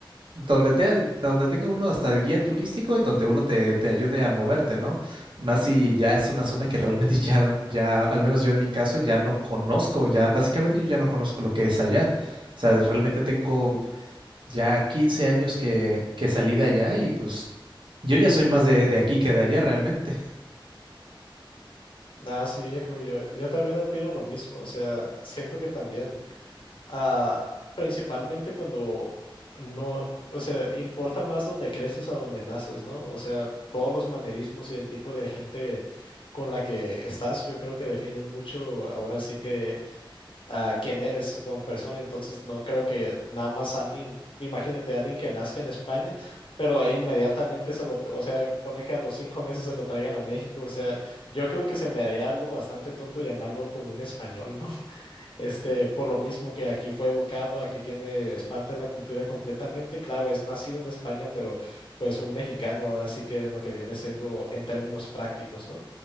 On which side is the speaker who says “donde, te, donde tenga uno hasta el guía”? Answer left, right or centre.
Right